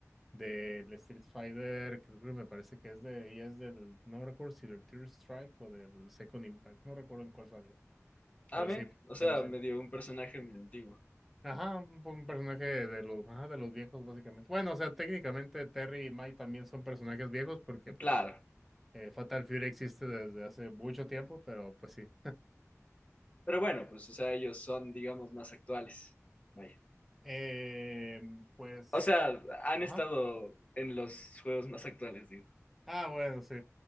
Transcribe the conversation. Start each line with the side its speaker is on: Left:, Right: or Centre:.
Centre: del Street Fighter, creo que me parece que es de, ella es del, no recuerdo si del Third Strike o del Second Impact, no recuerdo en cuál salió, pero
Left: Ah, ve,
Centre: sí,
Left: o sea,
Centre: pero sí,
Left: medio un personaje medio antiguo.
Centre: ajá, un, un personaje de los, ajá, de los viejos básicamente, bueno, o sea, técnicamente Terry y Mai también son personajes viejos porque pues
Left: Claro.
Centre: eh, Fatal Fury existe desde hace mucho tiempo, pero pues sí.
Left: Pero bueno, pues, o sea, ellos son, digamos, más actuales. Vaya.
Centre: Eh, pues,
Left: O sea, han
Centre: ajá.
Left: estado en los juegos más actuales, digo.
Centre: Ah, bueno, sí.